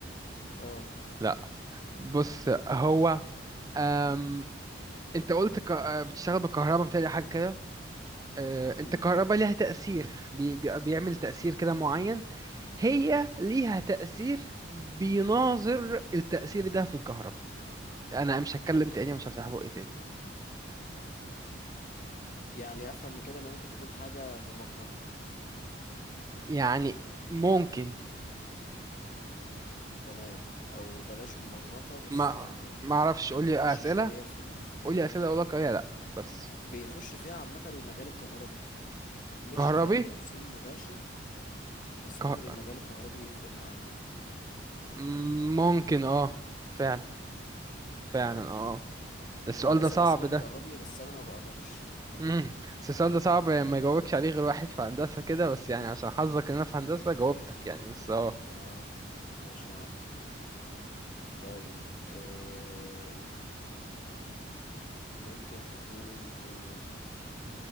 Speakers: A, on the left; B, on the right.
A: اه
B: لا بص هو أم... أنت قلت ك... آه، بتشتغل بالكهرباء بتاعي حاجة كده أه... أنت
A: امم
B: الكهرباء ليها تأثير بي... بي... بيعمل تأثير كده معين هي ليها تأثير بيناظر التأثير ده في الكهرباء أنا مش هتكلم تاني مش هفتح بقي تاني
A: يعني أفهم من كده إن هي ممكن تكون حاجة ممغنطة
B: يعني ممكن
A: تمام أو بلاش ممغنطة بس
B: ما
A: يعني
B: ما اعرفش قولي
A: بتخش
B: اسئله
A: شوية في ال...
B: قولي اسئله اقول لك اه يا لا بس
A: بيخش فيها عامة المجال الكهربي مش
B: كهربي
A: كتوصيل مباشر بس ممكن
B: كه...
A: المجال الكهربي يفرق معاها يعني
B: مم، ممكن اه فعلا فعلا
A: تمام
B: اه آه. ده السؤال
A: أنا بسأل
B: ده صعب
A: أسئلة
B: ده
A: بتقربني بس أنا ما بقربش
B: مم. بس السؤال ده صعب ما يجاوبكش عليه غير واحد في هندسه كده بس يعني عشان حظك ان انا في هندسه جاوبتك يعني بس اه
A: اه ماشي يا عم طيب آم، ممكن تكون ايه